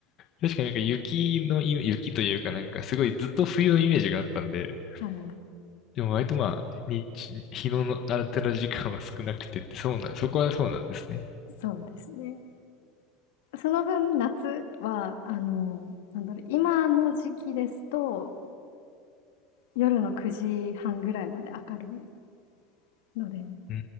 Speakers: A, on the left; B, on the left.
A: 確かになんか雪のイ雪というかなんかすごいずっと冬のイメージがあったんで、
B: はい、
A: でも割とまあ、日日の当たる時間は少なくてって、そうな、そこはそうなんですね。
B: そうですね。その分、夏は、あの、なんだろう、今の時期ですと、夜の9時半ぐらいまで明るいので、
A: うー